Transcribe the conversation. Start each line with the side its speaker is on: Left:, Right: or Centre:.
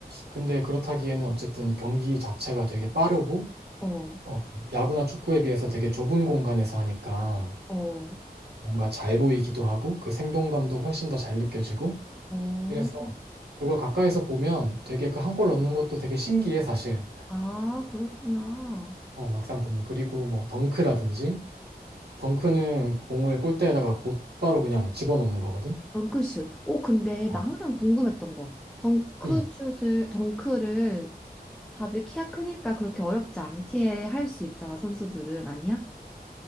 Right: 근데 그렇다기에는 어쨌든 경기 자체가 되게 빠르고
Centre: 어,
Right: 어, 야구나 축구에 비해서 되게 좁은 공간에서 하니까
Centre: 어,
Right: 뭔가 잘 보이기도 하고 그 생동감도 훨씬 더 잘 느껴지고
Centre: 어.
Right: 이래서 그걸 가까이서 보면 되게 그 한 골 넣는 것도 되게 신기해 사실.
Centre: 아, 그렇구나.
Right: 어, 막상 보면 그리고 뭐 덩크라든지 덩크는 공을 골대에다가 곧바로 그냥 집어넣는 거거든.
Centre: 덩크슛. 어, 근데
Right: 어,
Centre: 나 항상 궁금했던 거. 덩크슛을,
Right: 응.
Centre: 덩크를 다들 키가 크니까 그렇게 어렵지 않게 할 수 있잖아, 선수들은. 아니야?